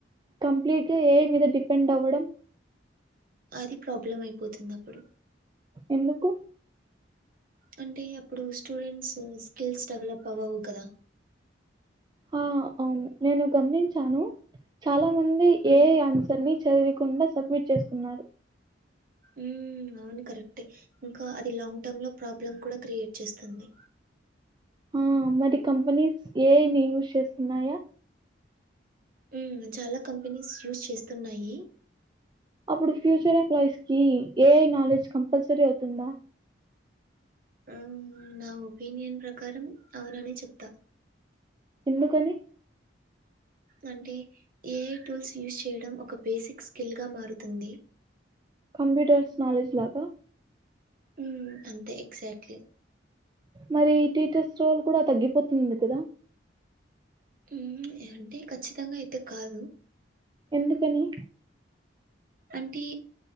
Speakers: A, on the right; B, on the right.
A: కంప్లీట్గా ఏ ఐ మీద డిపెండ్ అవ్వడం
B: అది ప్రాబ్లం అయిపోతుంది అప్పుడు
A: ఎందుకు
B: అంటే అప్పుడు స్టూడెంట్స్ స్కిల్స్ డెవలప్ అవ్వవు కదా
A: ఆ అవును నేను గమనించాను చాలా మంది
B: హ్మ్.
A: ఏ ఐ ఆన్సర్ ని చదివి కుండా సబ్మిట్ చేస్తున్నారు
B: ఉ అవును కరెక్టే ఇంకా అది లాంగ్ టర్మ్ లో ప్రాబ్లమ్ కూడా క్రియేట్ చేస్తుంది
A: ఆ మరి కంపెనీస్ ఏ ఐ ని యూస్ చేస్తున్నాయా
B: ఉ చాలా కంపెనీస్ యూస్ చేస్తున్నాయి
A: అప్పుడు ఫ్యూచర్ ఎంప్లాయిస్ కి ఏ ఐ నాలెడ్జ్ కంపల్సరీ అవుతుందా
B: ఆ నా ఒపీనియన్ ప్రకారం అవుననే చెప్తా
A: ఎందుకని
B: అంటే ఏ ఐ టూల్స్ యూజ్ చేయడం ఒక బేసిక్ స్కిల్ గా మారుతుంది
A: కంప్యూటర్స్ నాలెడ్జ్ లాగా
B: ఉ అంతే ఎక్జాక్ట్లీ
A: మరి టీచర్స్ రోల్ కూడా తగ్గిపోతుంది కదా
B: ఉ అంటే ఖచ్చితంగా అయితే కాదు
A: ఎందుకని
B: అంటే